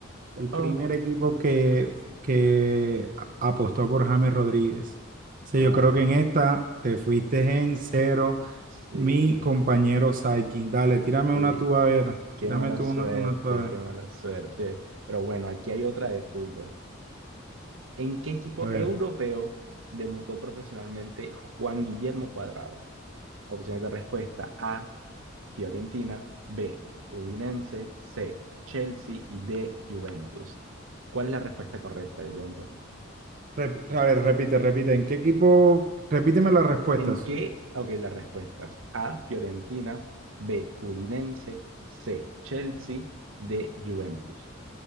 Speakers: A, on the right (about 40°); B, on the right (about 70°).
A: El
B: Oh,
A: primer equipo que, que apostó por James Rodríguez. Sí,
B: ay,
A: yo creo que en esta te fuiste en cero,
B: sí.
A: mi compañero Saikin. Dale, tírame
B: Sí,
A: una tú a ver.
B: qué
A: Tírame
B: mala
A: tú
B: suerte,
A: una, una tú a ver.
B: qué mala suerte. Pero bueno, aquí hay otra de fútbol. ¿En qué equipo
A: A ver.
B: europeo debutó profesionalmente Juan Guillermo Cuadrado? Opciones de respuesta: A, Fiorentina, B, Udinese, C, Chelsea y D, Juventus. ¿Cuál es la respuesta correcta, Jumper?
A: Rep- a ver, repite, repite. ¿En qué equipo? Repíteme las respuestas.
B: ¿En qué? Ok, las respuestas: A, Fiorentina, B, Udinese, C, Chelsea, D, Juventus.